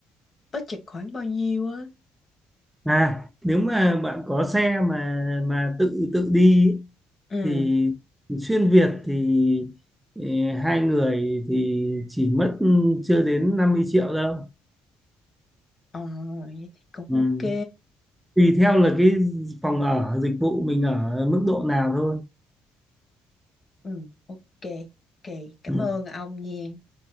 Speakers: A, on the left; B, in the centre.
A: budget khoảng bao nhiêu á
B: à nếu mà bạn có xe mà mà tự tự đi ấy,
A: ừ
B: thì xuyên Việt thì ừ, hai người thì chỉ mất chưa đến 50 triệu đâu
A: Ờ, vậy thì cũng
B: ừ.
A: ok.
B: tùy theo là cái phòng ở dịch vụ mình ở mức độ nào thôi
A: Ừ, ok, ok. Cảm
B: ừ.
A: ơn ông Nhiên.